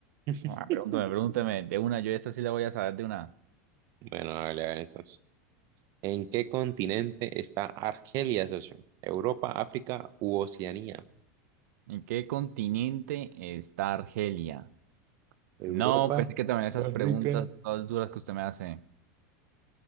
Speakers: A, on the right; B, on the right.
A: Ah,
B: <laughs>
A: pregúntame, pregúntame. De una, yo esta sí la voy a saber de una.
B: Bueno, hágale, hágale entonces. ¿En qué continente está Argelia, socio? ¿Europa, África u Oceanía?
A: ¿En qué continente está Argelia? No,
B: Europa,
A: pues es que también esas
B: África.
A: preguntas todas duras que usted me hace.